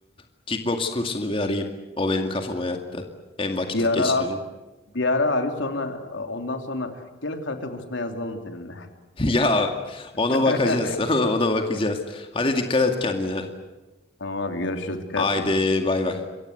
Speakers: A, on the left (about 30°); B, on the left (about 80°).
A: e, kickbox kursunu bir arayayım. O benim kafama yattı. Hem vakit
B: Bir ara
A: geçiririm. <laughs>
B: bir ara abi sonra e, ondan sonra gel karate kursuna yazılalım seninle.
A: Ya ona
B: <laughs>
A: bakacağız. <laughs> Ona bakacağız. Hadi dikkat et kendine.
B: Tamam abi görüşürüz. Dikkat
A: Haydi
B: et sen de.
A: bay bay.